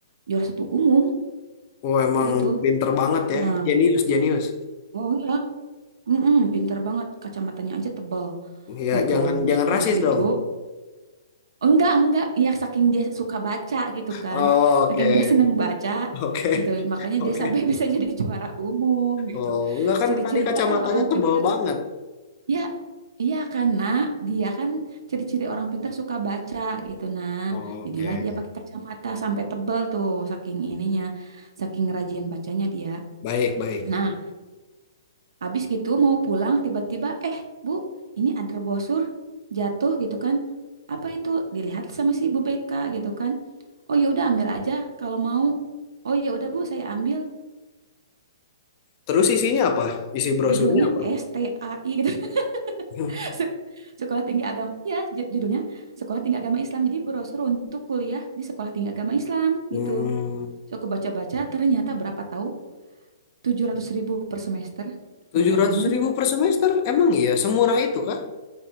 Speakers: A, on the right; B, on the left.
A: juara satu umum
B: Oh, emang
A: gitu
B: pinter banget ya.
A: nah
B: Jenius, jenius.
A: oh iya mm pinter banget kacamatanya aja tebal
B: Ya,
A: gitu
B: jangan jangan
A: habis
B: rasis
A: gitu
B: dong.
A: Enggak, enggak. Ya saking dia suka baca gitu kan.
B: Oh, oke.
A: Saking dia seneng baca
B: <laughs> Oke.
A: gitu. Makanya
B: Oke.
A: dia sampai <laughs> bisa jadi juara umum gitu.
B: Oh, enggak kan
A: Ciri-cirinya
B: tadi kacamatanya
A: kan orang
B: tebal
A: pinter.
B: banget.
A: Ya, iya karena dia kan ciri-ciri orang pinter suka baca gitu. Nah,
B: Oke.
A: jadilah dia pakai kacamata sampai tebel tuh saking ininya. Saking rajin bacanya dia.
B: Baik, baik.
A: Nah, habis gitu mau pulang tiba-tiba eh, Bu, ini ada brosur jatuh gitu kan. Apa itu? Dilihat sama si Bu Beka gitu kan Oh ya udah ambil aja kalau mau. Oh ya udah Bu, saya ambil
B: Terus isinya apa? Isi brosurnya
A: judulnya
B: apa?
A: STAI gitu.
B: <laughs>
A: <laughs> Sek- Sekolah Tinggi Agama. Ya, ju- judulnya Sekolah Tinggi Agama Islam. Jadi brosur untuk kuliah di Sekolah Tinggi Agama Islam
B: Hmm,
A: gitu. So aku baca-baca ternyata berapa tahu Tujuh ratus ribu per semester.
B: tujuh
A: Bayangin.
B: ratus ribu per semester? Emang iya? Semurah itu kah?